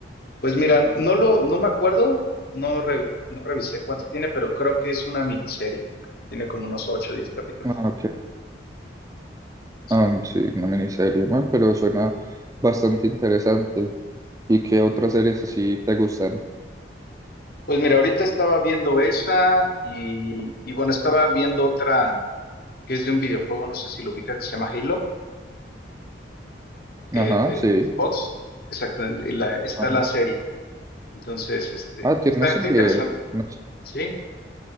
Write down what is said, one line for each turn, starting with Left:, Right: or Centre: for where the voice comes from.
Left: Pues mira, no lo, no me acuerdo, no, re- no revisé cuánto tiene, pero creo que es una miniserie. Tiene como unos 8 o 10 capítulos.
Right: Ah, Ok,
Left: Sí.
Right: Ah, sí, una miniserie, bueno, pero suena bastante interesante. ¿Y qué otras series así te gustan?
Left: Pues mira, ahorita estaba viendo esa y, y bueno, estaba viendo otra que es de un videojuego, no sé si lo ubica, que se llama Halo, eh,
Right: Ajá,
Left: de,
Right: sí,
Left: de Xbox. Exacto, en- en la- está
Right: ajá.
Left: la serie. Entonces, este,
Right: Ah, tiene
Left: pues está,
Right: una serie,
Left: está interesante,
Right: no, s-
Left: ¿sí?